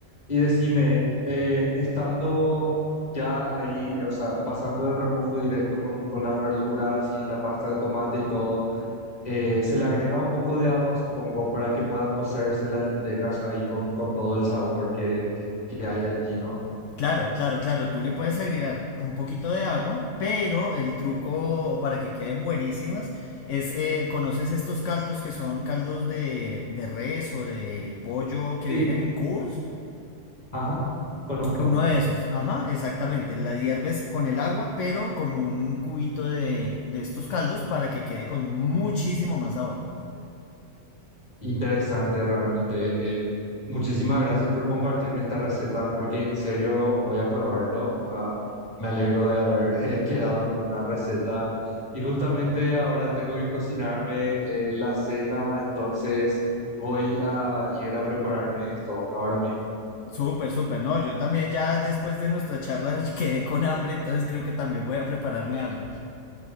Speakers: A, on the left (about 30°); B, on the left (about 70°).
A: y decime, eh, estando ya ahí, eh, o sea, pasando del remojo directo con, con las verduras y la pasta de tomate y todo, eh, se le agrega un poco de agua, supongo, para que pueda cocerse las lentejas ahí con, con todo el sabor que, que que hay allí, ¿no?
B: Claro, claro, claro. Tú le puedes agregar un poquito de agua, pero el truco para que queden buenísimas es, eh, ¿conoces estos caldos que son caldos de, de res o de pollo que
A: Sí.
B: vienen en cubos?
A: Ajá, conozco.
B: Uno de esos, ajá, exactamente. La hierves con el agua, pero con un cubito de, de estos caldos para que quede con muchísimo más sabor.
A: Interesante realmente. eh, muchísimas gracias por compartirme esta receta porque en serio voy a probarlo. ah, me alegro de haber <laughs> eh, quedado con una receta y justamente ahora tengo que cocinarme eh, la cena, entonces voy a ir a prepararme esto ahora mismo.
B: Súper, súper. No, yo también ya después de nuestra charla <laughs> quedé con hambre, entonces creo que también voy a prepararme algo.